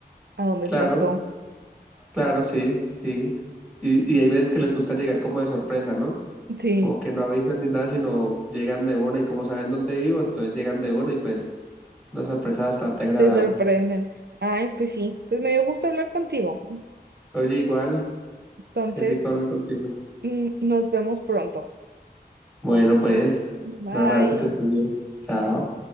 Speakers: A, on the right (about 75°); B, in the centre.
A: a donde
B: Claro,
A: estás tú.
B: claro, sí, sí. Y, y hay veces que les gusta llegar como de sorpresa, ¿no?
A: Sí.
B: como que no avisan ni nada, sino llegan de una y como saben dónde vivo, entonces llegan de una y pues es una sorpresa bastante agradable.
A: Te sorprenden. Ay, pues sí, pues me dio gusto hablar contigo.
B: Oye, igual,
A: Entonces,
B: qué rico hablar contigo.
A: mm, nos vemos pronto.
B: Bueno, pues,
A: Bye.
B: un abrazo, que estés bien. Chao.